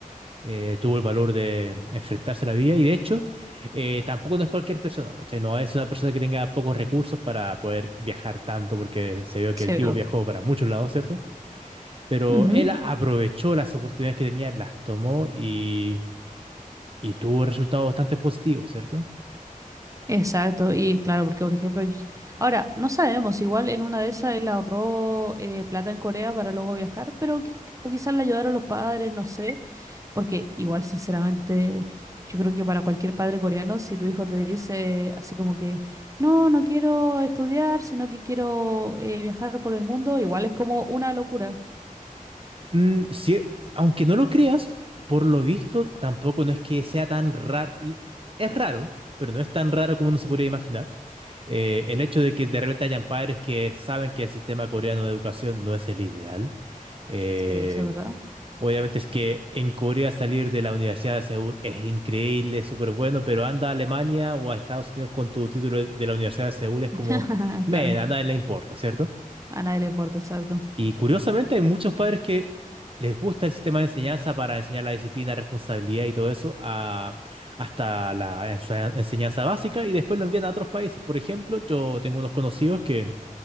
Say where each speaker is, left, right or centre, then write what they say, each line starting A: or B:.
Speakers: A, on the right (about 40°); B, on the right (about 20°).
A: eh, tuvo el valor de enfrentarse a la vida y de hecho eh, tampoco no es cualquier persona, ¿cachai? No es una persona que tenga pocos recursos para poder viajar tanto porque se vio que
B: SEO.
A: el tipo viajó para muchos lados, ¿cierto? Pero
B: Ujú.
A: él a- aprovechó las oportunidades que tenía, las tomó y, y tuvo resultados bastante positivos, ¿cierto?
B: Exacto, y claro, porque por ejemplo, yo- ahora no sabemos, igual en una de esas él ahorró eh, plata en Corea para luego viajar, pero qui- o quizás le ayudaron los padres, no sé, porque igual sinceramente yo creo que para cualquier padre coreano, si tu hijo te dice así como que, no, no quiero estudiar, sino que quiero eh, viajar por el mundo, igual es como una locura.
A: Mm, sí, aunque no lo creas, por lo visto tampoco no es que sea tan raro. y- Es raro, pero no es tan raro como uno se podría imaginar. Eh, el hecho de que de repente hayan padres que saben que el sistema coreano de educación no es el ideal. Eh,
B: Sí, eso es verdad.
A: obviamente es que en Corea salir de la Universidad de Seúl es increíble, es súper bueno, pero anda a Alemania o a Estados Unidos con tu título de de la Universidad de Seúl es
B: <laughs>
A: como, men,
B: Claro,
A: a nadie le importa, ¿cierto?
B: a nadie le importa, exacto.
A: Y curiosamente hay muchos padres que les gusta el sistema de enseñanza para enseñar la disciplina, responsabilidad y todo eso a- hasta la ense- enseñanza básica y después lo envían a otros países. Por ejemplo, yo tengo unos conocidos que